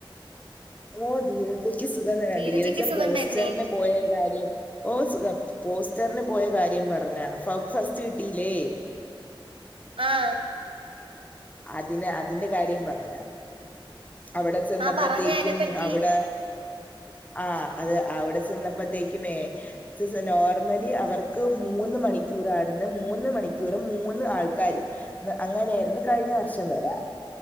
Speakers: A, on the left; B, on the right.
A: ഓ ധീരജയ്ക്ക് സുഖം തന്നെ
B: ധീരജയ്ക്ക്
A: ധീരജ
B: സുഖം
A: പോസ്റ്ററ്ന്
B: തന്നെ
A: പോയ കാര്യം ഓ സുഖം പോസ്റ്റർന് പോയ കാര്യം പറഞ്ഞ ഫ ഫസ്റ്റ് കിട്ടീല്ലേ
B: ആഹ്
A: അതിന് അതിന്റെ കാര്യം പറഞ്ഞ അവിടെ ചെന്നപ്പത്തേക്യും
B: ആ പറഞ്ഞെ അയിനെപ്പറ്റി
A: അവ്ടെ ആ അത് അവ്ടെ ചെന്നപ്പത്തേക്കുമേ ചെസ നോർമലി അവർക്ക് മൂന്ന് മണിക്യൂറായിര്ന്ന് മൂന്ന് മണിക്യൂറും മൂന്ന് ആൾക്കാര് മ് അങ്ങനെര്ന്നു കഴിഞ്ഞ വർഷം വരെ